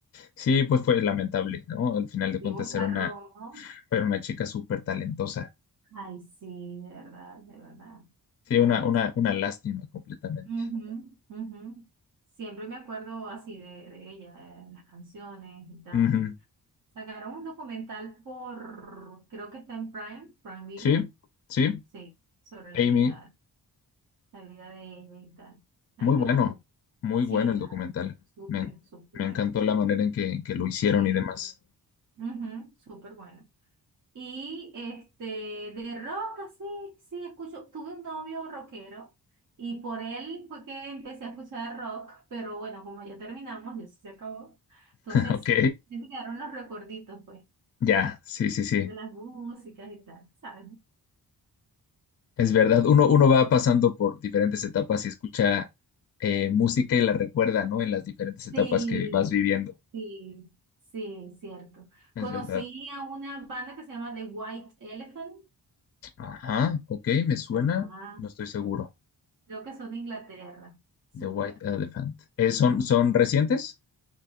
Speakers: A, on the left; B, on the right.
A: Sí, pues fue lamentable, ¿no? Al final de
B: Qué
A: cuentas
B: vozarrón,
A: era una,
B: ¿no?
A: era una chica súper talentosa.
B: Ay, sí, de verdad, de verdad.
A: Sí,
B: Ay,
A: una, una, una lástima completamente.
B: Ujú, ujú. Siempre me acuerdo así de, de ella, eh, las canciones y tal.
A: Ujú.
B: Sacaron un documental por, creo que está en Prime, Prime Video,
A: Sí, sí,
B: sí, sobre la
A: Amy,
B: vida, la vida de ella y tal. A
A: muy
B: mí me
A: bueno,
B: gustó.
A: muy
B: Sí,
A: bueno el
B: claro,
A: documental.
B: súper,
A: Me,
B: súper
A: me
B: bueno.
A: encantó la manera en que, en que lo hicieron
B: Sí,
A: y demás.
B: ujú, súper bueno. Y este, de rock, así, sí, escucho. Tuve un novio rockero y por él fue que empecé a escuchar rock, pero bueno, como ya terminamos, ya se acabó. Entonces,
A: Ok,
B: me quedaron los recuerditos, pues,
A: ya, sí, sí, sí.
B: de las músicas y tal, ¿sabes?
A: Es verdad, uno, uno va pasando por diferentes etapas y escucha eh, música y la recuerda, ¿no? En las diferentes etapas
B: Sí,
A: que vas viviendo.
B: sí, sí, cierto.
A: Es
B: Conocí
A: verdad.
B: a una banda que se llama The White Elephant.
A: Ajá, ok, me suena,
B: Ah,
A: no estoy seguro.
B: creo que son de Inglaterra. Súper,
A: The White Elephant. Eh, ¿son,
B: me gustó.
A: son recientes?